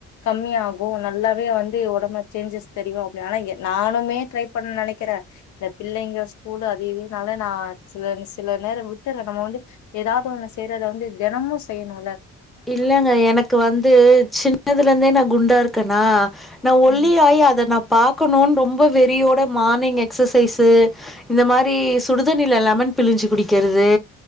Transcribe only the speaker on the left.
கம்மியாகு நல்லாவே வந்து ஒடம்ப சேஞ்சஸ் தெரியு அப்ன ஆனா எ நானுமே ட்ரை பண் நெனைக்கிறே ந்த பிள்ளைங்க ஸ்கூலு அதி இதி நால நா சிலவிஷ் சில நேர விட்டுற நம்ம வந்து ஏதாவது ஒன்னு செய்றத வந்து தெனமு செய்யணு
ம்